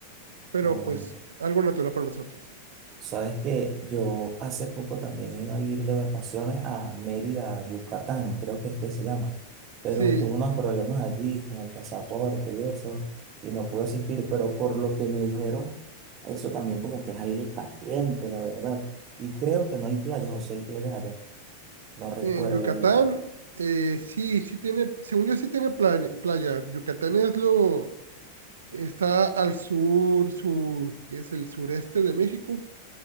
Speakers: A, on the right (about 70°); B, on the right (about 30°).
A: pero
B: No,
A: pues algo natural para nosotros.
B: Sabes que yo hace poco también iba a ir de vacaciones a Mérida, Yucatán, creo que es que se llama, pero
A: Sí,
B: tuve unos problemas allí con el pasaporte y eso, y no pude asistir, pero por lo que me dijeron, eso también como que es aire caliente, la verdad. Y creo que no hay playas, o sí hay playas allá, no recuerdo
A: en Yucatán,
B: ahorita.
A: eh, sí, sí tiene, según yo sí tiene plane- playa. Yucatán es lo, está al sur, sur, que es el sureste de México,